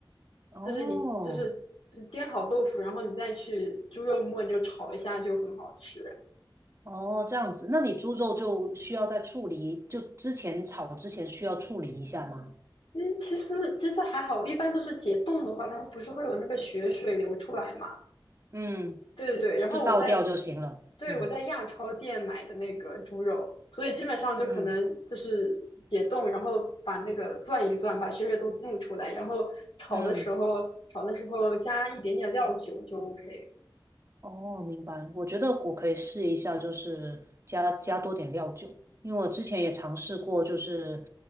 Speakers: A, on the right; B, on the left.
A: 哦。
B: 就是你就是就是煎好豆腐，然后你再去猪肉末你就炒一下，就很好吃。
A: 哦，这样子，那你猪肉就需要在处理，就之前炒之前需要处理一下吗？
B: 嗯，其实其实还好，一般都是解冻的话，它不是会有那个血水流出来嘛。
A: 嗯，
B: 对对对，然后我在，
A: 就倒掉就行了。
B: 对，
A: 嗯
B: 我在亚超店买的那个猪肉，所以基本上就可能就是解冻，
A: 嗯
B: 然后把那个攥一攥，把血水都弄出来，然后炒的时候炒的时候加一点点料酒就
A: 嗯，
B: OK。
A: 哦，明白。我觉得我可以试一下，就是加加多点料酒，因为我之前也尝试过，就是